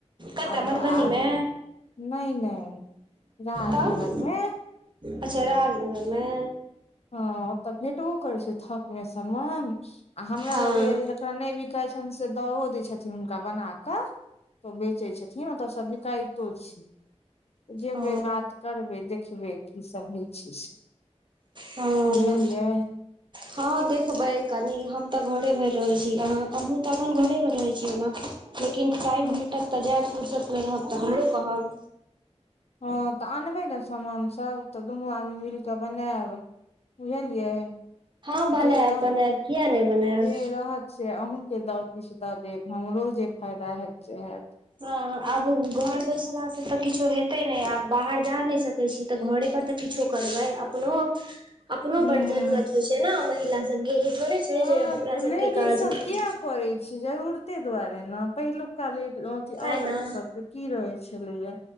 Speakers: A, on the right (about 40°); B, on the left (about 60°).
A: कतऽ
B: आर
A: मधुबनीमे
B: आर नहि नहि राजनगरमे
A: तऽ अच्छा राजनगरमे
B: ह ओतऽ भेटबो करै छै थक मे समान आ हमरा
A: हँ
B: लगैय जे रा नहि बिकै छनि से दो दै छथिन हुनका बना कऽ तऽ बेचै छथिन ओतऽ सभ बिकायतो छै जेबै
A: ओ
B: बात करबै देखबै की सब होइ छै से
A: ह
B: बुझलियै
A: हँ देखबै कनि हम तऽ घरे भर रहै छी अह अहहुँ तऽ अपन घरे भर रहै छीय ओना लेकिन टाइम
B: हँ
A: भेटत तजापुर सबमे रहब तऽ हमरो कहब
B: हँ तऽ अनबै ने समानसभ तऽ दुनू आदमी मिल कऽ बनायब बुझलियै
A: हँ बनायब
B: जे रह
A: बनायब किया नहि बनायब
B: जे रह से अहूँके द किछु दऽ देब हमरो जे फायदा हयत से हयत
A: हँ आब घर बैसल तऽ किछो हेतै नहि आब बाहर जा नहि सकैत छी तऽ घरे पर तऽ किछो करबै अपनो
B: <inaudible>
A: अपनो बड
B: हूँ
A: जरूुरत होइ छै ने महिला सबके ई थोड़े छै
B: हँ
A: जे हमरा
B: तऽ
A: सबके
B: लेडीजसभ
A: काज नहि
B: किया करैत छै जरूरते दुआरे ने पहिलुका ले अं अ
A: तै
B: औरत
A: ने
B: सबके की रहै छलैया